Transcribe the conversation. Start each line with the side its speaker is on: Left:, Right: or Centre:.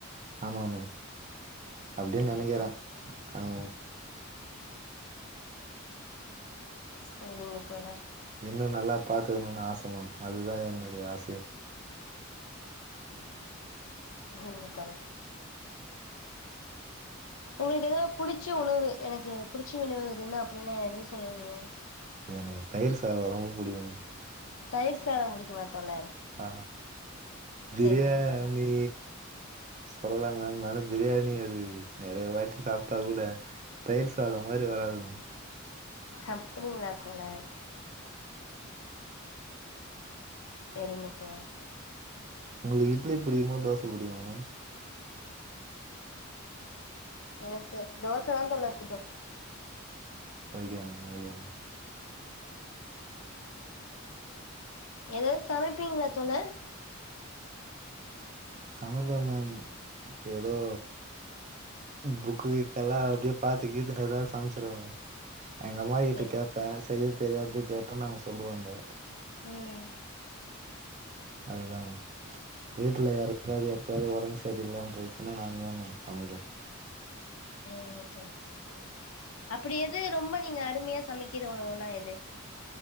Right: ஆமா மேம் அப்டின்
Left: சரிங்க
Right: நெனைக்கிறே
Left: தோழர்
Right: அவ
Left: சேரிங்க தோழர்
Right: இன்னு நல்லா பாத்துக்கணுனு ஆச மேம் அதுதா என்னுடைய ஆசையே
Left: சேரிங்க தோழ உங்களுக்கு எதாவ்து புடிச்ச உணவு எனக்கு புடிச்ச உணவு இதுன்னு அப்டினா எது சொல்லுவீங்க
Right: எனக்கு தயிர் சாதோ ரொம்ப புடிக்கு மேம்
Left: தயிர் சாதோ புடிக்குமா தோழர்
Right: ஆ பிரியாணி
Left: சரிங்க தோழர்
Right: சொல்லலா மேம் இருந்தாலு பிரியாணி அது நறைய வாட்டி சாப்டாகூட தயிர் சாதோ மாரி வராது மேம்
Left: அப்டிங்களா தோழர் சேரிங்க தோழர்
Right: உங்களுக்கு இட்லி புடிக்குமா தோச புடிக்குமா மேம்
Left: எனக்கு தோசதா தோழர் புடிக்கு
Right: ஓகே மேம் ஓகே மேம்
Left: எதாது சமைப்பீங்களா தோழர்
Right: சமைப்ப மேம் எதோ புக்கு கிக்கெல்லா அப்டியே பாத்து கீத்து எதாது சமச்சிருவ மேம் எங்க அம்மாகிட்ட
Left: சரி
Right: கேப்பே செய்ய தெரியாது கேட்டா நாங்க சொல்லுவாங்க
Left: ம்
Right: அதுதா மேம் வீட்ல யாருக்காது எப்பயாவ்து ஒடம்பு செரியில்லாம போய்ச்சுனா நாங்கதா மேம் சமைப்போ
Left: செரிங்க தோழர் செரி அப்படி எது ரொம்ப நீங்க அருமையா சமைக்கிற உணவுனா எது